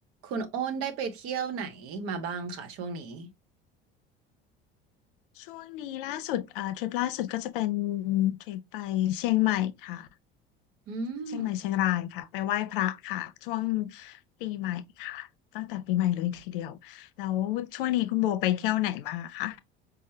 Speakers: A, on the right; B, on the left.
A: คุณโอ้นได้ไปเที่ยวไหนมาบ้างค่ะช่วงนี้
B: ช่วงนี้ล่าสุดเอ่อทริปล่าสุดก็จะเป็นทริปไปเชียงใหม่ค่ะ
A: อืม
B: เชียงใหม่เชียงรายค่ะไปไหว้พระค่ะช่วงปีใหม่ค่ะตั้งแต่ปีใหม่เลยทีเดียวแล้วช่วงนี้คุณโบไปเที่ยวไหนมาคะ